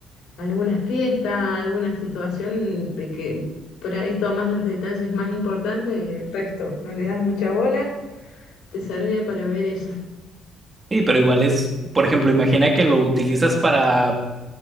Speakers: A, on the left (about 70°); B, on the right (about 15°).
A: algunas fiestas, alguna situación de que por ahí tomas los detalles más importantes y el resto no le das mucha bola. Te servía para ver eso.
B: Sí, pero igual es, por ejemplo, imagina que lo utilizas para,